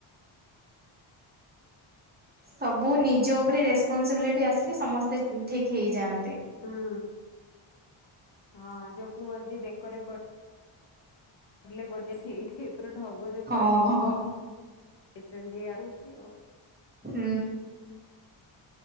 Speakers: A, on the right (about 20°); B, on the left (about 60°).
A: ସବୁ ନିଜ ଉପରେ ରେସପନସିବିଲିଟି ଆସିଲେ ସମସ୍ତେ ଠିକ ହେଇଯାଆନ୍ତି।
B: ହୁଁ ହଁ ଯୋଉ କୁହନ୍ତି ବେକରେ ପ ପଡିଲେ ବଜେଇ ସେଇଠି ଟାଇପ୍ ର ଢଗ ଯୋଉ କହି
A: ହଁ ହଁ ହଁ।
B: ଛନ୍ତି ଆଉଚି ଆଉ।
A: ହୁଁ।